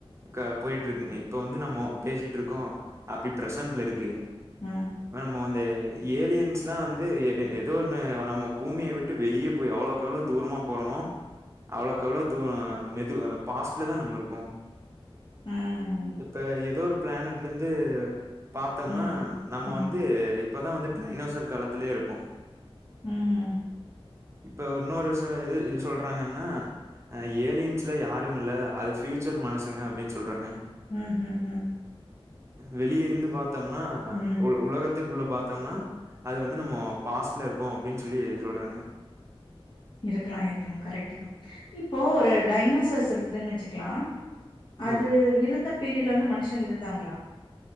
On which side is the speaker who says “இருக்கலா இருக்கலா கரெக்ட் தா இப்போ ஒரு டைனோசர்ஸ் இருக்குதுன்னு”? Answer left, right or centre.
Left